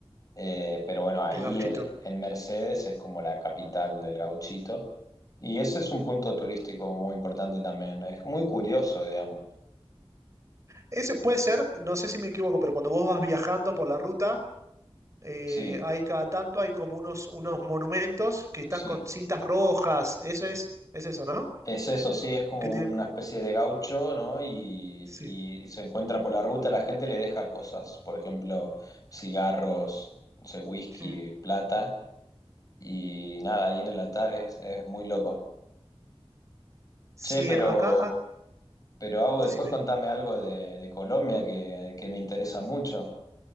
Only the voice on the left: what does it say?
Eh, pero bueno, ahí
en, en Mercedes es como la capital del gauchito. Y ese es un punto turístico muy importante también. Es muy curioso, digamos.
Sí,
sí.
Es eso, sí, es como
una especie de gaucho, ¿no? Y,
y se encuentra por la ruta, la gente le deja cosas, por ejemplo, cigarros, no sé, whisky,
plata, y nada, ahí en el altar es, es muy loco.
Che, pero,
pero Au,
después contame algo de, de Colombia que, que me interesa mucho.